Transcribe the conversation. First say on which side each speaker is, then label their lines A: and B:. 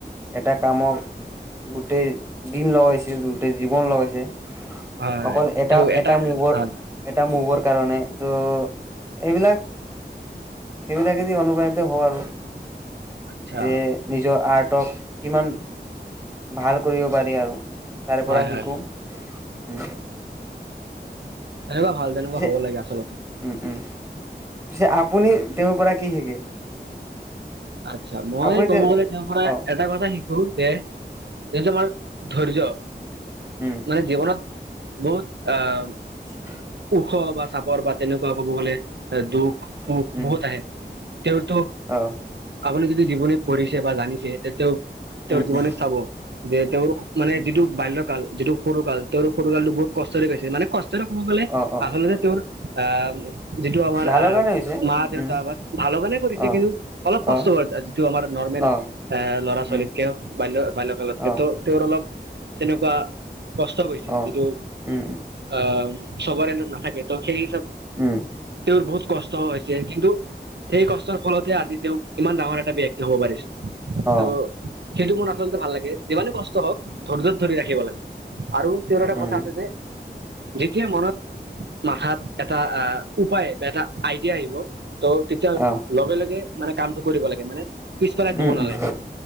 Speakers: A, on the right; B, on the right.
A: এটা কামক,, গোটেই দিন লগাইছিল, গোটেই জীৱন লগাইছে,
B: হয়
A: অকল এটা
B: তেওঁ
A: এটা মোভত
B: হয়
A: এটা মোভৰ কাৰণে ত সেইবিলাক সেইবিলাক দি অনুপ্ৰাণিত কৰো
B: আচ্ছা
A: যে নিজৰ আৰ্টক কিমান ভাল কৰিব পাৰি আৰু তাৰে
B: হয়
A: পৰা
B: হয়
A: শিকো উম
B: তেনেকুৱা ভাল তেনেকুৱা
A: পিছে
B: হব লাগে আচলতে
A: উম উম পিছে আপুনি তেওঁৰ পৰা কি শিকে
B: আতচ্ছা মই
A: আপুনি
B: ক'ব
A: তে
B: গলে তেওৰ পৰা
A: অ
B: এটা কথা শিকো যে যিটো আমাৰ ধৈৰ্য
A: উম
B: মানে জীৱনত বহুত আঁ
A: <unintelligible>
B: ওখ বা চাপৰ বা তেনেকুৱা ক'ব গ'লে এ দুখ সুখ
A: উম
B: বহুত আহে তেওঁতো
A: অ
B: আপুনি যদি জীৱনী পঢ়িছে বা জানিছে যে তেওঁ তেওঁৰ
A: উম
B: জীৱনী
A: উম
B: চাব যে তেওঁৰ মানে
A: উম
B: যিটো বাল্যকাল যিটো সৰু কাল তেওঁৰ সৰু কালটো বহুত কষ্ট কষ্টৰে গৈছে মানে কষ্টৰে কব গলে
A: অ অ
B: আচলতে তেওঁৰ আহ যিটো আমাৰ
A: ভালৰ
B: আহ
A: কাৰণে হৈছে
B: মা দেউতা
A: উম
B: বা ভালৰ কাৰণে কৰিছে
A: অ
B: কিন্তু অলপ কষ্ট
A: অ
B: কৰে যিটো আমাৰ নৰ্মেল
A: অ
B: এ ল'ৰা
A: উম
B: ছোৱালীৰ কেয়াৰ বাল্যকালত সেইতো
A: অ
B: তেওঁৰ অলপ তেনেকুৱা কষ্ট হৈছে
A: অ
B: যিটো
A: উম
B: আহ চবৰে এইটো নাথাকে ত সেই
A: উম
B: তেওঁৰ বহুত কষ্ট হৈছে কিন্তু সেই কষ্টৰ ফলতে আজি তেওঁ ইমান ডাঙৰ এটা ব্যক্তি হব পাৰিছে
A: অ
B: ত' সেইটো মোৰ আচলতে ভাল লাগে যিমানে কষ্ট হওক ধৈৰ্যৰ ধৰি ৰাখিব লাগে আৰু তেওঁৰ এটা
A: উম
B: কথা আছে যে যেতিয়া মনত মাথাত এটা উপায় বা এটা আইডিয়া আহিব তো তেতিয়া
A: অ
B: লগে লগে মানে কামটো কৰিব লাগে মানে পিছ পেলাই
A: উম
B: থব
A: উম
B: নালাগে